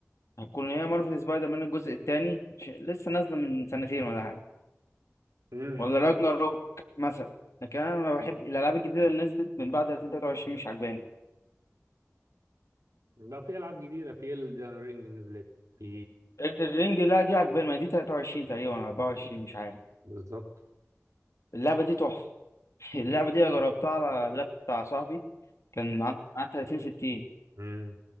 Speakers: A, on the left (about 70°); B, on the right (about 80°).
A: هتكون هي مارفل سبايدر مان الجزء الثاني لسه نازله من سنتين ولا حاجه
B: امم
A: ولا راجناروك مثلا لكن انا ما بحب الالعاب الجديده اللي نزلت من بعد 2023 مش عجباني
B: ده في العاب جديده في Elden Ring نزلت في
A: الرينج لا دي عجباني ما دي 23 تقريبا 24 مش عارف
B: بالظبط
A: اللعبه دي تحفه <laughs> اللعبه دي أنا جربتها على اللاب بتاع صاحبي كان عن عن 30 60
B: اه